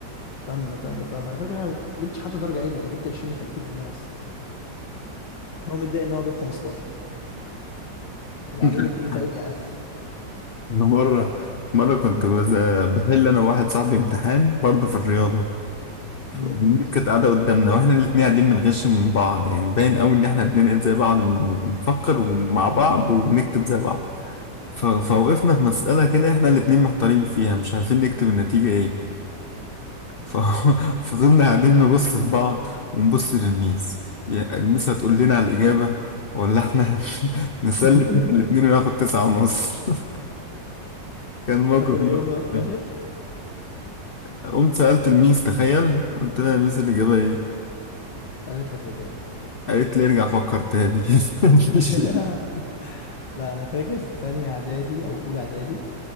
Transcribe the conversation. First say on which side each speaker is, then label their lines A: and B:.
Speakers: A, on the left (about 80°); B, on the left (about 40°).
A: طن طن طن أنا فاكر أنا ما جبتش حتى درجة عدلة أنا جبت 20 من 30 في الماس هو متضايق إن هو جاب 15 طب أعمل
B: <laughs>
A: لك إيه طيب يا عم
B: انا مره مره كنت بز- بحل انا وواحد صاحبي امتحان برضه في الرياضه
A: مم.
B: الناس كانت قاعدة قدامنا واحنا الاتنين قاعدين بنغش من بعض يعني باين قوي ان احنا بننقل زي بعض بنفكر ومع بعض وبنكتب زي بعض ف- فوقفنا في مسألة كده احنا الاتنين محتارين فيها مش عارفين نكتب النتيجة ايه ف- <laughs> فضلنا قاعدين نبص لبعض ونبص للميس يا الميس هتقول لنا على الإجابة ولا احنا <laughs> نسلم
A: <laughs>
B: احنا الاتنين وناخد تسعة ونص <laughs> كان موقف
A: خدت الإجابة
B: مضحك
A: بقى في الآخر
B: قوي. قمت سألت الميس تخيل قلت لها يا ميس الإجابة ايه
A: قالت لك الإجابة
B: قالت لي ارجع فكر تاني <laughs>
A: <laughs> لا أنا فاكر في تانية إعدادي أو أولى إعدادي